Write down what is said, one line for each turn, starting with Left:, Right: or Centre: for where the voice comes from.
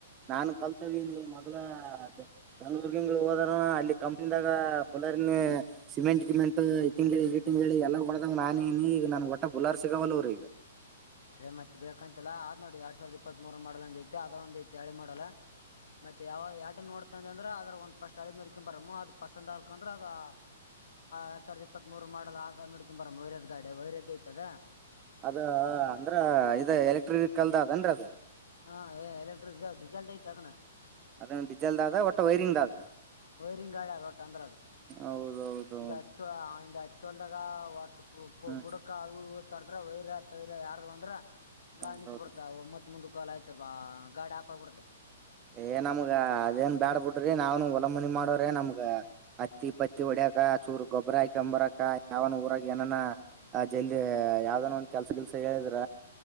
Right: ನಾನ್ ಕಲ್ತಹೋಗಿನಿ ಮೊದಲ ಹ <unintelligible> ಹೋದ್ನಾ ಆವಾ ಅಲ್ಲಿ ಕಂಪನಿದಾಗ ಬುಲರಿನ್ ಸಿಮೆಂಟ್ ಗಿಮೆಂಟ್ ಈ ತಿಂಗಳಿ ಈ ತಿಂಗಳಿ ಎಲ್ಲ ಹೋಡದಾಗ ನಾನನಿ ಈಗ ನನಗ ಒಟ್ಟ ಬುಲರ್ ಸಿಗವಲ್ಲ ರಿ
Left: ಅದೇ ಮತ್ತೆ ಬೇಕಂತಲ್ಲ ಆದ್ ನೋಡಿ ಯಾಡ್ ಸಾವಿರದ ಇಪ್ಪತ್ ಮೂರ್ ಮಾಡಲ ಅಂದಿದಲ್ಲ ಅದ ಒಂದ ಅತಿ ಎಳಿ ಮಾಡಲ್ಲ. ಮತ್ತೆ ಯಾವ ಎಡ್ಡು ನೋಡ್ತ ಅಂದ್ರ ಅದ್ರ ಒಂದ್ ಫಸ್ಟ್ ಹಳಿದ ನೋಡ್ಕೊಂಡ ಬರಮ್ಮ ಅದ ಪಸಂದ ಆತ ಅಂದ್ರ ಅದ ಆ ಎರಡಸಾವಿರ ಇಪ್ಪತ್ ಮೂರ ಮಾಡಲ್ಲ ಆಗ ನಡ್ಕಿ ಬರ ವೇರದ ಗಡಿ ವೈರದಧ್ಯ್ಯ ಯತದಾ
Right: ಅದ ಅಂದ್ರ ಇದು ಎಲೆಕ್ಟ್ರಿಕಿಕ್ ಕಲ್ದ ಅದೇನ್ರೀ ಅದು
Left: ಹಾ ಏ ಎಲೆಕ್ಟ್ರಿಕ್ ಡೀಸೆಲ್ದ ಐತ ಅದನ
Right: ಅದ ಡೀಸೆಲ್ದ ಆದ ಒಟ್ಟ ವೈರಿಂಗ್ ಆದ್
Left: ವೈರಿಂಗ್ ಗಾಡ ಅದ ಓಟ್ಟ ಅಂದ್ರ ಅದ
Right: ಹೌದೌದೌದು
Left: ಒಂದ್ ಹತ್ತು ಆ ಒಂದ್ ತೊಲ್ದಾಗ ಒಟ್ಟ ವ
Right: ಹ್ಮ್
Left: ಬುಡಕ ತರದ್ರ ವೈರ ಪೈರ ಯಾರ್ದ ಅಂದ್ರ ಗಾಡಿ
Right: ಹೌದೌದು
Left: ನಿಂತ ಬಿಡ್ತ ಮತ್ತ ಮುಂದಕೋಲಾ ಪಾ ಗಾಡಿ ಆಪ್ ಬಿಡ್ತ
Right: ಏ ನಮ್ಗ ಅದೇನ ಬ್ಯಾಡ ಬಿಡ್ರಿ ನಾನೂ ಹೋಲಮನಿ ಮಾಡರೆ ನಮ್ಗ ಹತ್ತಿ ಪತ್ತಿ ಒಡ ದ ಚೂರ್ ಗೊಬ್ರರ ಆಕಂಬರಕ್ಕ ಯಾವನ ಊರಾಗ ಏನನ ಅ ಜಲ್ದ ಯಾವ್ದನ ಒಂದ ಕೆಲ್ಸ ಗಿಲ್ಸ ಹೇಳಿದ್ರ